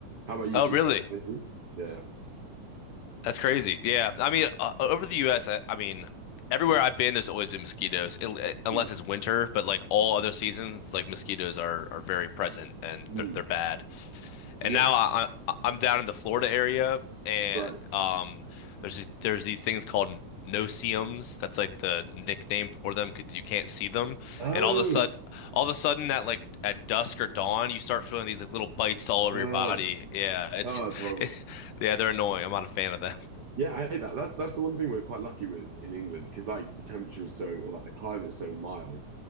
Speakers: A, on the right; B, on the left.
A: How about you?
B: Oh,
A: Do
B: really?
A: you guys have this too? Yeah.
B: That's crazy. Yeah. I mean, uh, uh, over the US, I, I mean, everywhere I've been, there's always been mosquitoes, it, it- unless
A: Mm.
B: it's winter, but like all other seasons, like mosquitoes are are very present and
A: Mm.
B: they're, they're bad.
A: Yeah.
B: And now I, I I'm down in the Florida area and
A: Right.
B: um there's there's these things called noceums. That's like the nickname for them because you can't see them.
A: Oh.
B: And all of a sudden all of a sudden at like at dusk or dawn, you start feeling these like little bites all over
A: Uh, oh,
B: your body. Yeah, it's
A: that's
B: <laughs>
A: horrible.
B: yeah, they're annoying. I'm not a fan of them.
A: Yeah, I hate that. That's that's the one thing we're quite lucky with in England because like the temperature is so, or like the climate is so mild.